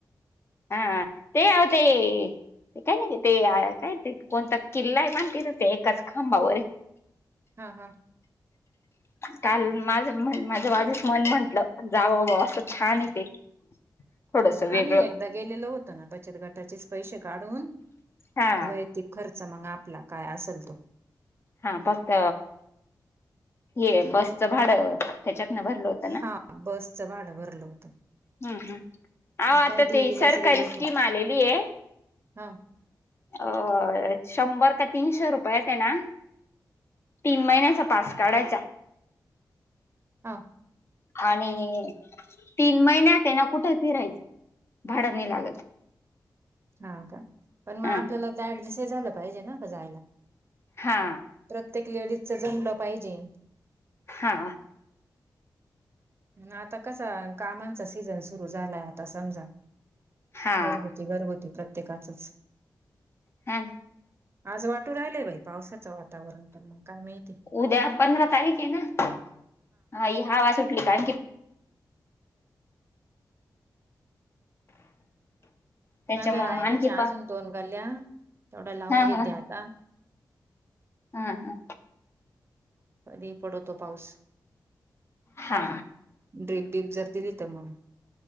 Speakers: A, on the left; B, on the right.
A: हा ते आते ते काय ना ते काय ते कोणता किल्ला आहे बांधते ना ते एकाच खांबावर
B: हा हा.
A: काल माझ म्हण माझं वाढदिवस मन म्हंटलं जाव बा असं छान य ते. थोडस वेगळं
B: आम्ही एकदा गेलेलो होतो ना बचत गटाचेच पैसे काढून
A: हा
B: वैतिक खर्च मग आपला काय असेल तो.
A: हा फक्त ये बसचं भाडं त्याच्यात नाभरल होत ना
B: हा बसचं भाडं भरलं होतं.
A: हम् हम्. अहो आत्ता
B: काय देवीलाच
A: ती सरकारी
B: गेलो होतो
A: स्कीम आलेली आहे.
B: हा.
A: अ शंभर काय तीनशे रुपयया ते ना तीन महिन्याचा पास काढायचा.
B: हा.
A: आणि तीन महिन्यात हे ना कुठे फिरायचं. भाडा नाही लागत.
B: हा का? पण मग
A: अ
B: आपल्याला आता ऍडजेस्टही झालं पाहिजे ना का जायला.
A: हा.
B: प्रत्येक लेडीजच जमलं पाहिजे.
A: हा.
B: पण आता कस कामांचा सीजन सुरु झालाय आता समजा
A: हा
B: गरदी. ते घरगूती प्रत्येकाचच.
A: हा.
B: आज वाटू राहिलंय बाई पावसाचं वातावरण, पण मग काय मी
A: उद्या पंधरा तारीख आहे ना? हा हि हवा सुटली आणखीण त्याच्यामुळे
B: माझं राहिलाच
A: मग आणखी पा
B: अजून दोन गल्या तेवढ्या लावून
A: हा
B: घेते
A: हा
B: आता.
A: हा हा.
B: कधी पडतो पाऊस.
A: हा.
B: ड्र्रीप डीप जर दिली तर मग.